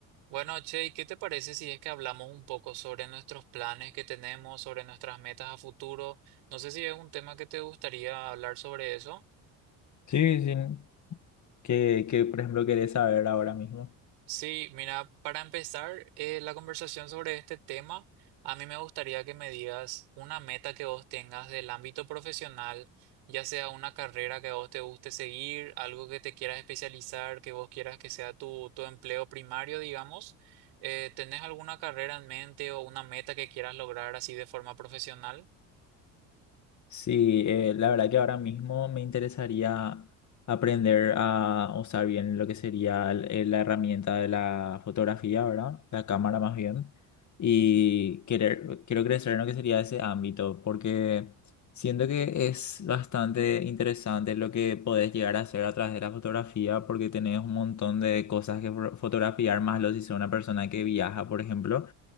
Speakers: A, on the right; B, on the left.
A: Bueno, Che, ¿y qué te parece si es que hablamos un poco sobre nuestros planes que tenemos, sobre nuestras metas a futuro? No sé si es un tema que te gustaría hablar sobre eso.
B: Sí, sí. Que, que, por ejemplo, querés saber ahora mismo.
A: Sí, mira, para empezar eh, la conversación sobre este tema, a mí me gustaría que me digas una meta que vos tengas del ámbito profesional, ya sea una carrera que a vos te guste seguir, algo que te quieras especializar, que vos quieras que sea tu, tu empleo primario, digamos. Eh, ¿tenés alguna carrera en mente o una meta que quieras lograr así de forma profesional?
B: Sí, eh, la verdad que ahora mismo me interesaría aprender a usar bien lo que sería el- eh, la herramienta de la fotografía, ¿verdad? La cámara más bien. Y querer, quiero crecer en lo que sería ese ámbito, porque siento que es bastante interesante lo que podés llegar a hacer a través de la fotografía, porque tenés un montón de cosas que fo- fotografiar, más lo si sos una persona que viaja, por ejemplo.